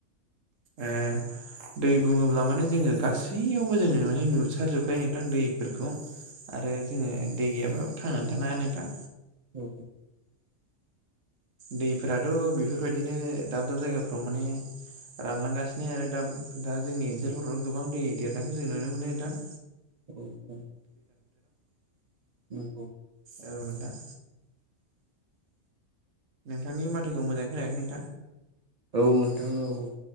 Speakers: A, on the right; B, on the right.
A: ए ओ दै बुङोब्ला माने जोङो गासैयावबो जोङो माने नुसारजोबखायो नोंथां दैफोरखौ आरो जोङो दै गैयाबा थांनानै थानो हाया नोंथां
B: औ
A: दैफोराथ' बेफोरबायदिनो दाब दाब जायगाफ्राव माने रानलांगासिनो आरो दा दा जोंनि ओनसोलफोराव गोबां दै देरनायखौ जों नुनो मोनो नोंथां।
B: औ नंगौ
A: ओ नोंथां नोंथांनि माथोखौ मोजाङै खोनायाखै नोंथां।
B: औ नोंथां औ औ